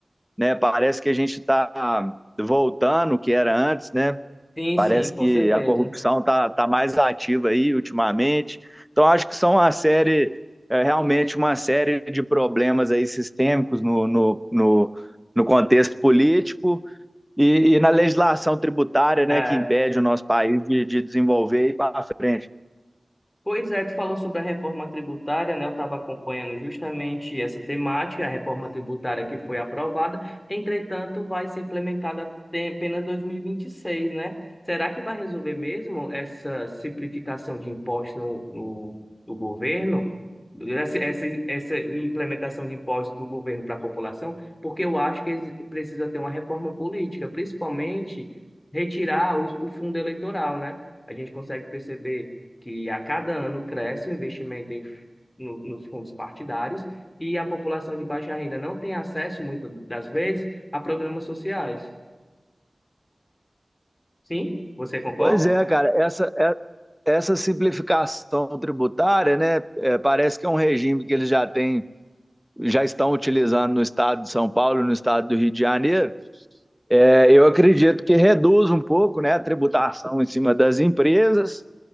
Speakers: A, in the centre; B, on the left.
A: Né? Parece que a gente está voltando o que era antes, né?
B: Sim,
A: Parece
B: sim, com
A: que
B: certeza.
A: a corrupção está tá mais ativa aí ultimamente. Então, acho que são uma série, é, realmente uma série de problemas aí sistêmicos no, no, no, no contexto político e, e, na legislação tributária,
B: É,
A: né, que impede o nosso país de, de desenvolver e ir para frente.
B: Pois é, tu falou sobre a reforma tributária, né? Eu estava acompanhando justamente essa temática, a reforma tributária que foi aprovada, entretanto, vai ser implementada tem- apenas 2026, né? Será que vai resolver mesmo essa simplificação de impostos no, no, do governo? Essa, essa, essa implementação de impostos do governo para a população? Porque eu acho que eles- precisa ter uma reforma política, principalmente retirar o, o fundo eleitoral, né? A gente consegue perceber que a cada ano cresce o investimento em, no- nos fundos partidários e a população de baixa renda não tem acesso, muitas das vezes, a programas sociais. Sim? Você concorda?
A: Pois é, cara, essa, essa simplificação tributária, né, é, parece que é um regime que eles já têm, já estão utilizando no estado de São Paulo, no estado do Rio de Janeiro, É, eu acredito que reduz um pouco, né, a tributação em cima das empresas,